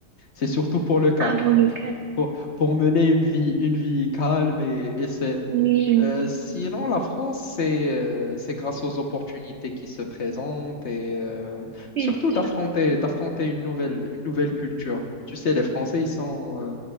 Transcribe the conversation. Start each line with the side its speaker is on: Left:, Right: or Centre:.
Left: C'est surtout pour le calme,
Right: Ah, pour
Left: <laughs>
Right: le cadre.
Left: pour, pour mener une vie, une vie calme et, et saine.
Right: Oui, oui,
Left: Euh, sinon, la France, c'est euh, c'est grâce aux opportunités qui se présentent et euh,
Right: oui,
Left: surtout
Right: bien
Left: d'affronter
Right: sûr.
Left: d'affronter une nouvelle une nouvelle culture. Tu sais, les Français, ils sont euh,